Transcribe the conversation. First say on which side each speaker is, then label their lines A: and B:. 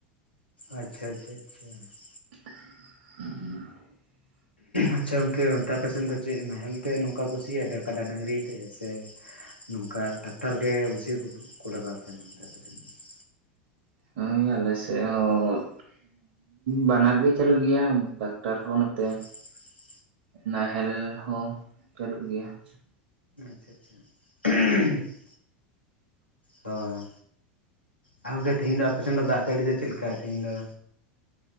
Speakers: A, on the left; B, on the right.
A: ᱟᱪᱪᱷᱟ ᱟᱪᱪᱷᱟ ᱟᱪᱪᱷᱟ ᱾
B: ᱦᱮᱸ ᱾
A: ᱟᱪᱪᱷᱟ ᱜᱚᱝᱠᱮ ᱚᱱᱛᱮ ᱟᱯᱮ ᱥᱮᱱ ᱫᱚ ᱪᱮᱫ ᱱᱟᱦᱮᱞ ᱛᱮ ᱱᱚᱝᱠᱟ ᱠᱚ ᱥᱤᱭᱟ ᱠᱟᱰᱟ ᱰᱟᱹᱝᱨᱤ ᱛᱮ ᱥᱮ ᱱᱚᱝᱠᱟ ᱴᱟᱠᱴᱟᱨ ᱜᱮ ᱵᱮᱥᱤ ᱠᱚ ᱞᱟᱜᱟᱣ ᱛᱟᱦᱮᱱᱟ ᱱᱚᱛᱮ ᱫᱚ ᱾
B: ᱦᱩᱸ ᱟᱞᱮᱥᱮᱫ ᱦᱚᱸ ᱦᱩᱸ ᱵᱟᱱᱟᱨ ᱜᱮ ᱪᱟᱹᱞᱩᱜ ᱜᱮᱭᱟ ᱴᱟᱠᱴᱟᱨ ᱦᱚᱸ ᱱᱚᱛᱮ
A: <inaudible>
B: ᱱᱟᱦᱮᱞ ᱦᱚᱸ ᱪᱟᱹᱞᱩᱜ ᱜᱮᱭᱟ ᱾
A: <inaudible> ᱦᱚᱸ ᱟᱨ ᱜᱚᱝᱠᱮ ᱛᱤᱦᱤᱧ ᱫᱚ ᱟᱯᱮᱥᱮᱱ ᱫᱚ ᱫᱟᱜ ᱡᱟᱹᱲᱤ ᱫᱚ ᱪᱮᱫ ᱞᱮᱠᱟ ᱛᱮᱦᱤᱧ ᱫᱚ?